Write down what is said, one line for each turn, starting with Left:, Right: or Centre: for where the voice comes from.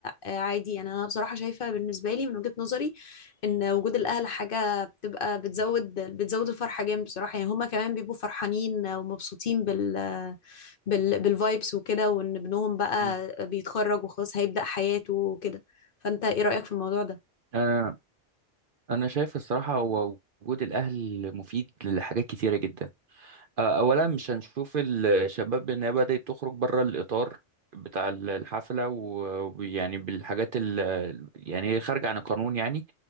Left: آه، عادي يعني انا بصراحه شايفه بالنسبه لي من وجهه نظري ان وجود الاهل حاجه بتبقى بتزود بتزود الفرحه جامد بصراحه يعني هما كمان بيبقوا فرحانين ومبسوطين بال بال بالفايبس وكده وان ابنهم بقى
Right: م.
Left: بيتخرج وخلاص هيبدا حياته وكده فانت ايه رايك في الموضوع ده
Right: انا انا شايف الصراحة هو وجود الاهل مفيد لحاجات كتيرة جدا آه، اولا مش هنشوف الشباب انها بدأت تخرج بره الاطار بتاع ال- الحفلة و- ويعني بالحاجات ال يعني خارجة عن القانون يعني